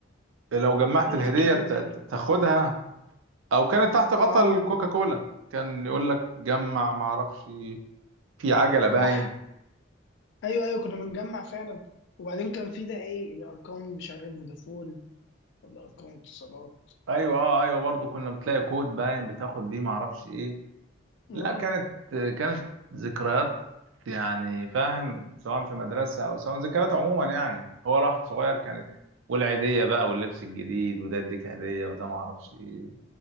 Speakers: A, on the right (about 80°); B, on the left (about 65°).
A: لو جمعت
B: كده
A: الهدية
B: انا فاكر حاجات
A: ت-
B: زي
A: ت-
B: دي
A: تاخدها او كانت تحت غطا
B: اه
A: الكوكا كولا كان يقول لك جمع ما اعرفش في عجلة باين
B: صح ايوه ايوه كنا بنجمع فعلا وبعدين كان في ده ايه الارقام مش عارف فودافون ولا ارقام اتصالات
A: ايوه آه، ايوه برضو كنا بتلاقي كود باين بتاخد بيه ما اعرفش ايه
B: اه
A: لا كانت كانت ذكريات يعني فاهم سواء في مدرسة او سواء ذكريات عموما يعني هو الواحد صغير كانت والعيدية بقى واللبس الجديد وده يديك هدية وده ما اعرفش ايه